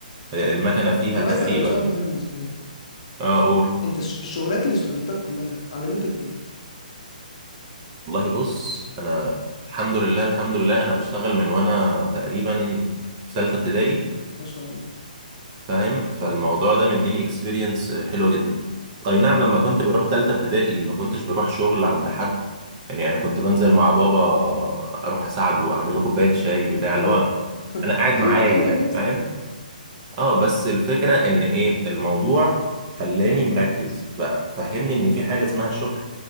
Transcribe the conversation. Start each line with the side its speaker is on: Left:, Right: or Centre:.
Right: آه، المكنة فيها
Left: طب انا
Right: تقريبا
Left: عايز اسالك سؤال مهم صحيح
Right: اه قول
Left: انت الش- الشغلات اللي اشتغلتها كلها علمتك ايه
Right: والله بص انا الحمد لله الحمد لله انا بشتغل من وانا تقريبا في ثالثة ابتدائي
Left: ما شاء الله
Right: فاهم فالموضوع ده مديني اكسبيرينس حلوه جدا اي نعم لما كنت بروح تالتة ابتدائي ما كنتش بروح شغل عند حد يعني انا كنت بنزل مع بابا اروح اساعده اعمل له كوبايه شاي بتاع اللي
Left: اه
Right: هو انا قاعد
Left: ايوه
Right: معاه
Left: بتشغل
Right: يعني
Left: نفسك
Right: فاهم اه بس الفكره ان ايه الموضوع خلاني مركز بقى فهمني ان في حاجه اسمها الشغل